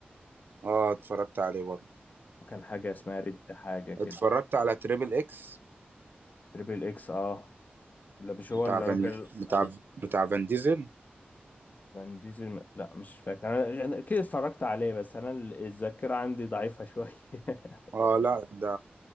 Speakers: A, on the right; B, on the left.
A: اه اتفرجت عليه برضه
B: وكان حاجة اسمها ريد حاجة كده
A: واتفرجت على تريبل اكس
B: تريبل إكس اه لا مش هو
A: بتاع
B: الراجل
A: فان بتاع
B: ال-
A: بتاع فان ديزل
B: فان ديزل م- لا مش فاكر أنا أنا أكيد اتفرجت عليه بس أنا ال- الذاكرة عندي ضعيفة شوية <laughs>
A: اه لا ده